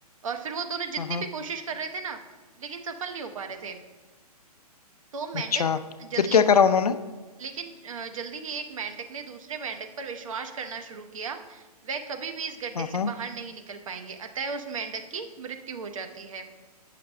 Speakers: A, on the right; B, on the left.
A: और फिर वो दोनों जितनी
B: हम्म हम्म,
A: भी कोशिश कर रहे थे ना लेकिन सफल नहीं हो पा रहे थे तो मेंढक
B: अच्छा
A: जल्दी
B: फिर क्या करा उन्होंने
A: लेकिन अ, जल्दी ही एक मेंढक ने दूसरे मेंढक पर विश्वास करना शुरू किया वह कभी भी इस गड्ढे
B: हम्म
A: से
B: हम्म,
A: बाहर नहीं निकल पाएंगे अतः उस मेंढक की मृत्यु हो जाती है